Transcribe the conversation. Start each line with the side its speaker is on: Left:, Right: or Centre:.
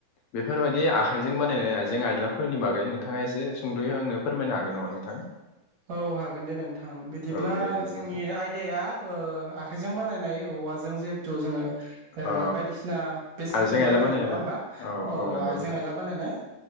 Left: बेफोरबायदि आखाइजों बानायनाय आइजें -आयलाफोरनि बागै नोंथाङा एसे सुंदय आंनो फोरमायनो हागोन नामा नोंथां?
Right: औ हागोन दे नोंथां। बिदिब्ला
Left: औ दे बिदिबा
Right: जोंनि
Left: नोंथां
Right: आयदाया आखाइजों बानायनाय औवाजों जिहेथु जोङो ओ
Left: अ
Right: बायदिसिना बेसादफोर
Left: आइजें आइला
Right: बानायो नङा होमबा
Left: आरो
Right: औ
Left: नंगौ
Right: आइजें-
Left: नोंथां
Right: आइला बानायनाय।